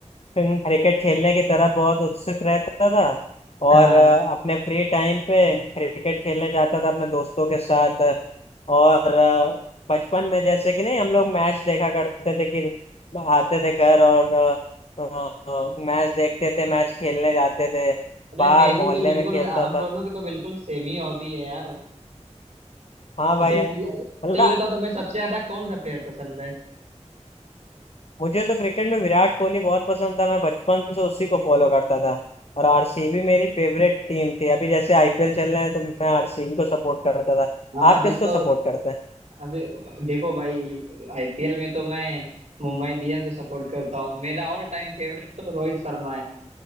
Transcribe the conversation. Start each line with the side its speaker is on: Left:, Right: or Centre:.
Left: क्रिकेट खेलने की तरफ बहुत उत्सुक रहता था
Right: हाँ
Left: और अ, अपने फ्री टाइम पे क्रिकेट खेलने जाता था अपने दोस्तों के साथ और अ, बचपन में जैसे कि नहीं हम लोग मैच देखा करते थे कि आते थे घर और अ, अ, मैच देखते थे मैच खेलने जाते थे
Right: अरे
Left: बाहर
Right: मेरी
Left: मोहल्ले
Right: भी बिल्कुल
Left: में खेलता
Right: हम
Left: था
Right: दोनों की तो बिल्कुल सेम ही हॉबी है यार
Left: हाँ भाई
Right: अच्छा ये-
Left: है
Right: अच्छा
Left: मतलब
Right: ये बताओ तुम्हें सबसे ज्यादा कौन सा प्लेयर पसंद है
Left: मुझे तो क्रिकेट में विराट कोहली बहुत पसंद था मैं बचपन से उसी को फॉलो करता था और आरसीबी मेरी फेवरेट टीम थी अभी जैसे आईपीएल चल रहे हैं तो मैं आरसीबी को सपोर्ट करता था
Right: हाँ
Left: आप
Right: अभी
Left: किसको
Right: तो
Left: सपोर्ट करते हैं
Right: अभी देखो भाई आईपीएल में तो मैं मुंबई इंडियंस को सपोर्ट करता हूँ मेरा ऑल टाइम फेवरेट तो रोहित शर्मा है